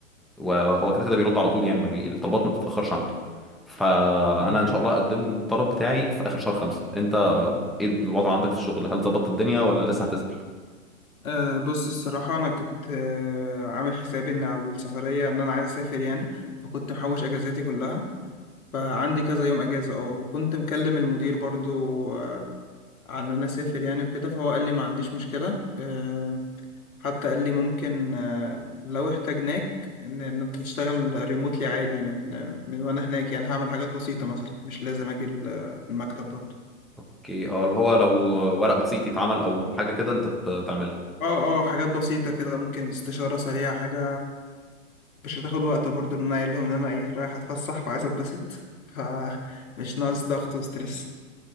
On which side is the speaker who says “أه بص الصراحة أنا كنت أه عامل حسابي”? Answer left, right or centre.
Left